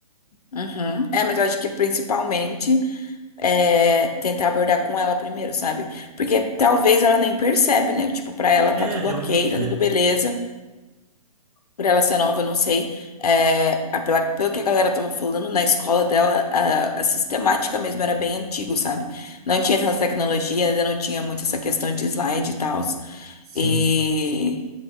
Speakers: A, on the left; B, on the right.
A: Uhum. É, mas eu acho que principalmente é tentar abordar com ela primeiro, sabe? Porque talvez ela nem percebe, né? Tipo, pra ela tá
B: É,
A: tudo
B: realmente
A: ok, tá tudo
B: é.
A: beleza. Por ela ser nova, eu não sei. É, a- pela- pelo que a galera tava falando, na escola dela, a, a sistemática mesmo era bem antigo, sabe? Não tinha essas tecnologias, ainda não tinha muito essa questão de slide e tal.
B: Sim,
A: e